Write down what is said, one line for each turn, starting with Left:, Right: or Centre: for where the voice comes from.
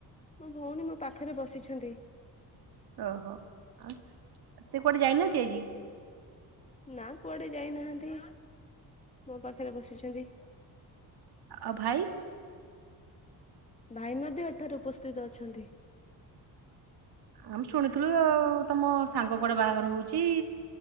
Left: ମୋ ଭଉଣୀ ମୋ ପାଖରେ ବସିଛନ୍ତି।
Right: ଓହୋ ଆଉ ସେ କୁଆଡେ ଯାଇନାହାନ୍ତି ଆଜି?
Left: ନା କୁଆଡେ ଯାଇନାହାନ୍ତି। ମୋ ପାଖରେ ବସିଛନ୍ତି।
Right: ଆ ଭାଇ?
Left: ଭାଇ ମଧ୍ୟ ଏଠାରେ ଉପସ୍ଥିତ ଅଛନ୍ତି।
Right: ଆମେ ଶୁଣିଥିଲୁ ଆଉ ତମ ସାଙ୍ଗ କୁଆଡେ ବାହାଘର ହୋଉଚି